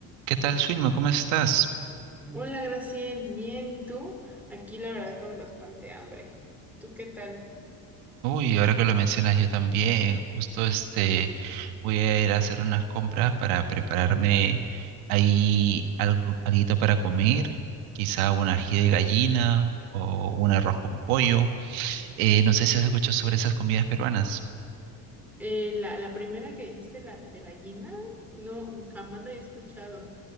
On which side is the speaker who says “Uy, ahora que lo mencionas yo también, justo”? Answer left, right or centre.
Right